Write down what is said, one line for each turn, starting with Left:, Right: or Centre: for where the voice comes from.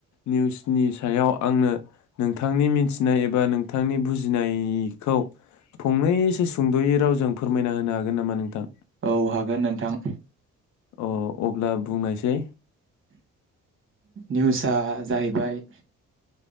Left: निउसनि सायाव आंनो नोंथांनि मिथिनाय एबा नोंथांनि बुजिनायखौ फंनैसो सुंद'यै रावजों फोरमायना होनो हागोन नामा नोंथां?
Right: औ हागोन नोंथां।
Left: अ अब्ला बुंनायसै
Right: निउसआ जाहैबाय